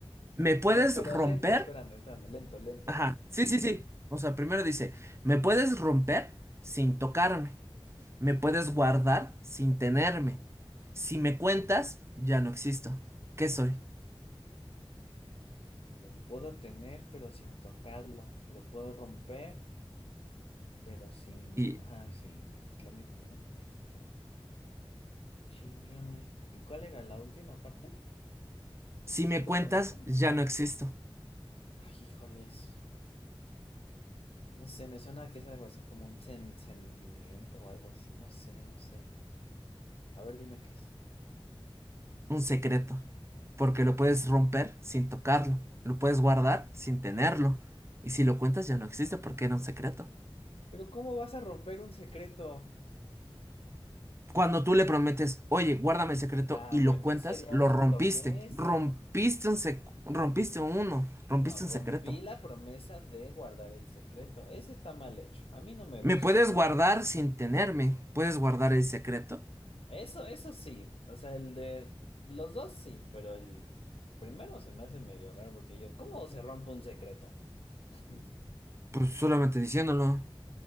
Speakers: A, on the right; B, on the left.
A: ¿Me puedes
B: Pero, pero
A: romper?
B: lento, espérame, espérame, lento, lento,
A: Ajá,
B: lento.
A: sí, sí, sí. O sea, primero dice, me puedes romper sin tocarme, me puedes guardar sin tenerme. Si me cuentas, ya no existo. ¿Qué soy?
B: Lo puedo tener, pero sin tocarlo. Lo puedo romper, pero sin,
A: Y
B: ajá, sin, pues lo mismo, ¿no? Este, chinglones. ¿Y cuál era la última parte?
A: Si
B: Si
A: me
B: lo
A: cuentas,
B: cuento.
A: ya no existo.
B: Ay, híjoles. No sé, me suena que es algo así como un sen- sentimiento o algo así. No sé, no sé. A ver, dime qué es.
A: Un secreto. Porque lo puedes romper sin tocarlo. Lo puedes guardar sin tenerlo. Y si lo cuentas, ya no existe porque era un secreto.
B: Pero ¿cómo vas a romper un secreto?
A: Cuando tú le prometes, oye, guárdame el secreto
B: Ah,
A: y lo
B: pero entonces
A: cuentas,
B: sería
A: lo
B: una
A: rompiste.
B: promesa.
A: Rompiste un sec- rompiste uno. Rompiste
B: No, rompí
A: un secreto.
B: la promesa de guardar el secreto. Ese está mal hecho. A mí no me gustó.
A: Me puedes guardar sin tenerme. ¿Puedes guardar el secreto?
B: Eso, eso sí. O sea, el de los dos sí, pero el primero se me hace medio raro porque yo, ¿cómo se rompe un secreto? <laughs>
A: Pues solamente diciéndolo.